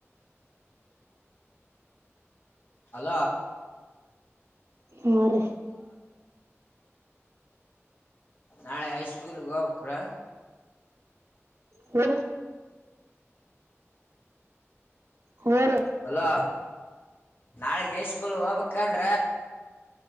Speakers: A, on the left (about 45°); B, on the right (about 65°).
A: ಅಲ
B: ನ
A: ನಾಳೆ ಹಐಸ್ಕೂಲ್ಗೆ ಹೋಗಬೇಕ್ರ
B: ಹ ಹ ರ
A: ಅಲೋ ನಾಳಗ್ ಐ ಸ್ಕೂಲ್ ಹೋಗ್ಬಕ್ಕನ್